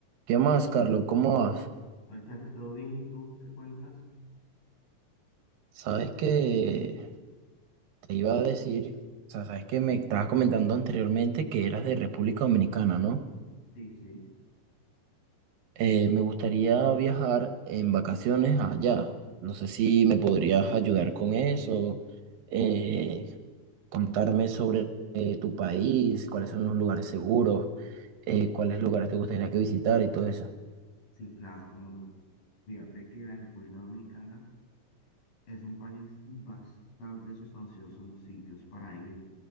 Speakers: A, on the right; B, on the left.
A: ¿Qué más, Carlos? ¿Cómo vas?
B: Hola, Charles, ¿todo bien? ¿Y tú qué cuentas?
A: Sabes que te iba a decir, o sea, sabes que me estabas comentando anteriormente que eras de República Dominicana, ¿no?
B: Sí, sí,
A: Eh, me gustaría viajar en vacaciones allá. No sé si me podrías ayudar con eso, eh, contarme sobre eh, tu país, cuáles son los lugares seguros, eh, cuáles lugares te gustaría que visitar y todo eso.
B: sí, claro, como no. Fíjate que la República Dominicana es un país bastante sustancioso en sitios para ir,